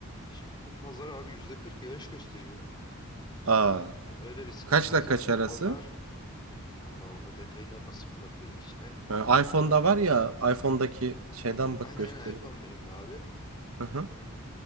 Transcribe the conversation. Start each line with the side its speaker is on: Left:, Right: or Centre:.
Left: Şimdi bu pazar abi yüzde kırk yağış gösteriyor.
Right: Aa,
Left: Öyle bir sıkıntımız
Right: kaçla kaç
Left: var. Bu
Right: arası?
Left: pazar vallahi onda detayına basıp mı bakıyorduk içine.
Right: Ha, iPhone'da var ya, iPhone'daki şeyden bak
Left: Aynen
Right: gösteriyor.
Left: aynen iPhone benim de abi.
Right: Hı hı.
Left: Ee,